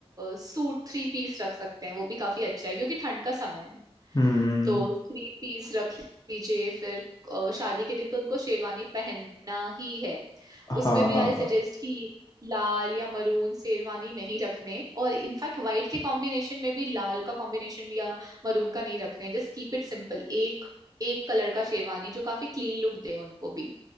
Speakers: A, on the right; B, on the left.
A: सूट थ्री पीस रख सकते हैं वो भी काफी अच्छा है क्योंकि ठंड का समय है
B: हम्म
A: तो थ्री पीस रख लीजिए फिर अ, शादी के दिन तो उनको शेरवानी पहनना ही है
B: हाँ
A: उसमें भी
B: हाँ
A: आई सजेस्ट
B: हाँ
A: कि लाल या मरून शेरवानी नहीं रखने और इनफैक्ट वाइट के कॉम्बिनेशन में भी लाल का कॉम्बिनेशन या मरून का नहीं रखने Just keep it simple एक एक कलर का शेरवानी जो काफी क्लीन लुक दे उनको भी